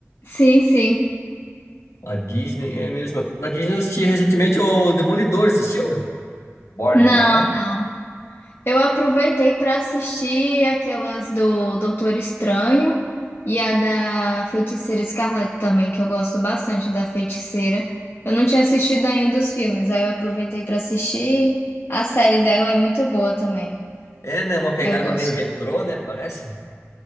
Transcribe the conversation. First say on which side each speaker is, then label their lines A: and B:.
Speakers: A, on the left (about 50°); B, on the left (about 70°).
A: Sim, sim.
B: A Disney é mesmo. Na Disney eu assisti recentemente o Demolidor, assistiu? Born
A: Não,
B: Again, né?
A: não. Eu aproveitei para assistir aquelas do Doutor Estranho e a da Feiticeira Escarlate também, que eu gosto bastante da Feiticeira. Eu não tinha assistido ainda os filmes, aí eu aproveitei para assistir. A série dela é muito boa também.
B: É, né? Uma pegada
A: Eu gosto.
B: meio retrô, né? Parece.